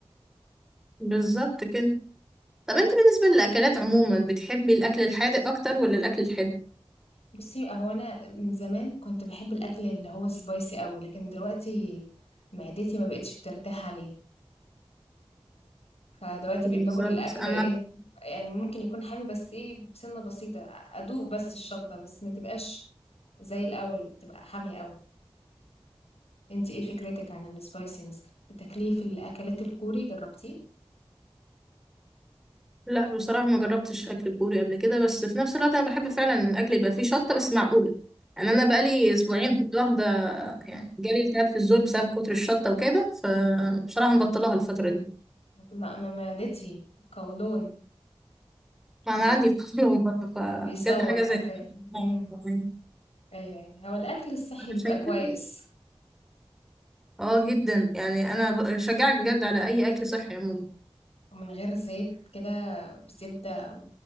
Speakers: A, in the centre; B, on the left.
A: بالظبط كده طب انت بالنسبة للاكلات عموما بتحبي الاكل الحادق اكتر ولا الاكل الحلو
B: بصي هو انا من زمان كنت بحب الاكل اللي هو سبايسي قوي لكن دلوقتي معدتي ما بقتش بترتاح عليه فدلوقتي
A: بالظبط
B: بقيت باكل الاكل
A: انا
B: ايه يعني ممكن يكون حامي بس ايه بسنة بسيطة ادوق بس الشطة بس ما تبقاش زي الاول بتبقى حامية قوي انت ايه فكرتك عن السبايسي مثلا بتاكليه في الاكلات الكوري جربتيه
A: لا بصراحة ما جربتش أكل كوري قبل كده بس في نفس الوقت أنا بحب فعلا إن الأكل يبقى فيه شطة بس معقولة يعني أنا
B: مم.
A: بقالي أسبوعين كنت واخدة يعني جالي التهاب في الزور بسبب كتر الشطة وكده فبصراحة مبطلها الفترة دي
B: لا انا معدتي قولون
A: ما أنا
B: بي...
A: عندي <laughs> قولون برضه فبجد
B: بيصوت
A: حاجة زي
B: حرفيا
A: كده
B: امم
A: آه، يعني
B: ايوه أيوة. هو الاكل الصحي بيبقى
A: عشان كده
B: كويس
A: اه جدا يعني أنا بشجعك بجد على أي أكل صحي عموما
B: ومن غير زيت كده بزبدة